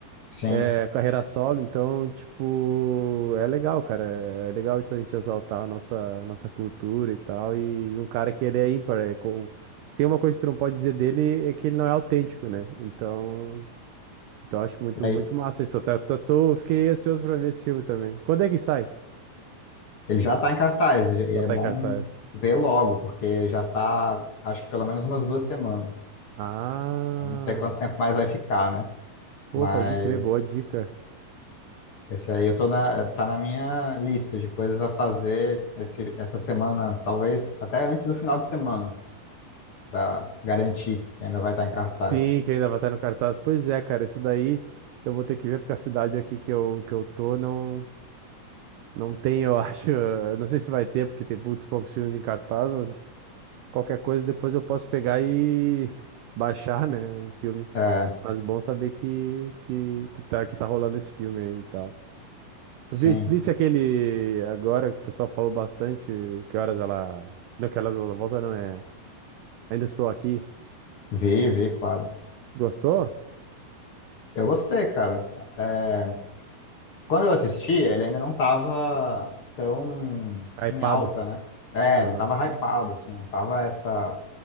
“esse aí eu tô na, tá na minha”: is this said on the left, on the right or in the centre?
Left